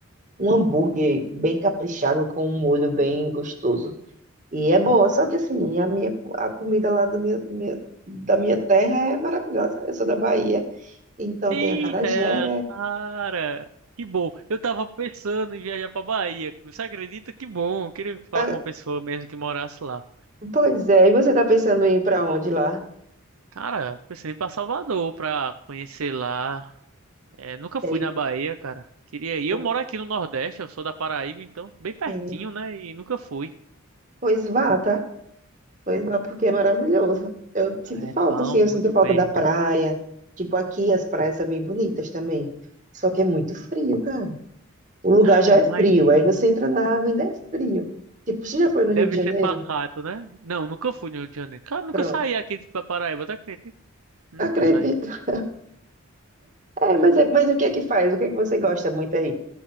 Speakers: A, on the right; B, on the right.
A: um hambúrguer bem caprichado com um molho
B: Hum.
A: bem gostoso. E é boa, só que assim, a minha co- a comida lá da minha, minha- da minha terra é maravilhosa. Eu sou da Bahia, então
B: Eita,
A: tem acarajé.
B: cara, que bom. Eu tava pensando em viajar pra Bahia. Você acredita? Que bom. Eu queria falar
A: Ah,
B: com uma pessoa mesmo que morasse lá.
A: pois é, e você tá pensando em ir pra onde lá?
B: Cara, pensei em ir pra Salvador pra conhecer lá. É, nunca fui
A: E aí,
B: na Bahia, cara. Queria ir.
A: pô,
B: Eu moro aqui no Nordeste, eu sou da Paraíba, então bem pertinho,
A: sim.
B: né? E nunca fui.
A: Pois vá, tá? Pois vá, porque é maravilhoso. Eu sinto
B: É,
A: falta,
B: falam
A: assim, eu
B: muito
A: sinto falta
B: bem.
A: da praia. Tipo, aqui as praias são bem bonitas também. Só que é muito frio, cara. O lugar
B: Ah,
A: já
B: imagino.
A: é frio. Aí você entra na água e ainda é frio. Tipo, você já foi no
B: Deve
A: Rio de Janeiro?
B: ser pacato, né? Não, nunca fui no Rio de Janeiro. Cara, nunca
A: Pronto.
B: saí aqui da Paraíba, tá acredita? Nunca
A: Acredito.
B: saí.
A: É, mas, é- mas o que é que faz? O que é que você gosta muito aí?